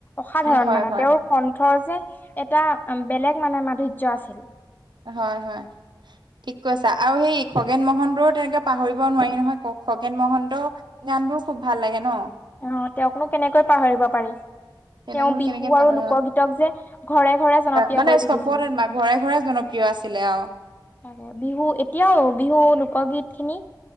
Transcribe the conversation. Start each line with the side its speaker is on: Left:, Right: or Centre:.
Left: অসাধাৰণ
Right: হয়
Left: মানে
Right: হয়
Left: তেওঁৰ খ ধৰ যে এটা বেলেগ মানে মাধুৰ্য্য আছিল।
Right: হয়, হয়, ঠিক কৈছা আৰু সেই খগেন মহন্তও তেনেকে পাহৰিব নোৱাৰি নহয়, কওক খগেন মহন্তৰ গান বোৰ খুব ভাল লাগে ন'।
Left: অঁ, তেওঁকনো কেনেকৈ পাহৰিব পাৰি?
Right: তেনেবোৰ
Left: তেওঁ বিহু
Right: কেনেকে পাহৰি
Left: আৰু লোকগীতক যে ঘৰে ঘৰে জনপিয়
Right: মানে
Left: কৰি
Right: চবতে
Left: তুলিছিল।
Right: ঘৰে ঘৰে জনপ্ৰিয় আছিলে অ,
Left: তাকে বিহু এতিয়াও বিহু লোকগীত খিনি।